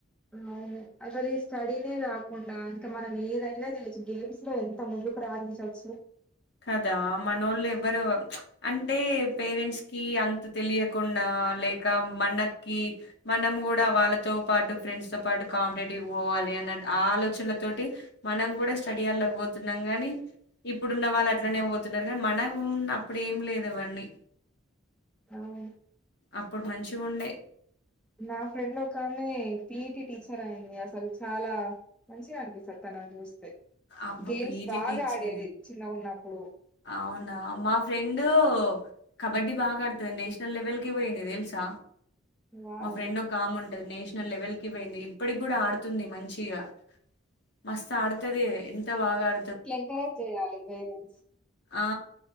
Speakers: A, in the centre; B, on the left (about 55°).
A: అవును. అస్సలు ఈ స్టడీనే కాకుండా ఇంక మనం ఏదైనా చేయొచ్చు. గేమ్స్ లో ఎంత ముందుకు రాణించొచ్చు.
B: కదా మనోళ్ళు ఎవ్వరు ప్చ్ అంటే. పేరెంట్స్ కీ అంత తెలియకుండా లేక్ కా మనకీ మనము గూడా వాళ్ళతో పాటు ఫ్రెండ్స్ తో పాటు కాంపిటేటివ్ పోవాలే అన్న ఆ ఆలోచనల తోటి, మనం కూడా స్టడీ హాల్లొకి పోతున్నాం గానీ, ఇప్పుడున్న వాళ్ళ అట్లనే పోతున్నారు. కానీ మనం అప్పుడు ఏం లేదు ఇవన్నీ.
A: అవున్.
B: అప్పుడు మంచిగ ఉండే.
A: నా ఫ్రెండ్ ఒక ఆమె పిఈటి టీచర్ అయింది అసల్ చాలా మంచిగా అనిపిస్తది తనన్ చూస్ తే.
B: అబ్బా
A: గేమ్స్
B: పీటీ
A: బాగా
B: టీచర్
A: ఆడేది చిన్నగ ఉన్నప్పుడు.
B: అవునా మా ఫ్రెండూ కబడ్డీ బాగా ఆడుతది నేషనల్ లెవెల్ కీ పోయింది తెలుసా.
A: వావ్
B: మా ఫ్రెండ్ ఒకాముంట్ ది. నేషనల్ లెవెల్ కి పోయింది. ఇప్పటికి గూడా ఆడుతుంది మంచిగా. మస్త్ ఆడుతది ఎంత బాగా ఆడ్
A: ఎంకరేజ్ జేయాలి పేరెంట్స్.
B: ఆ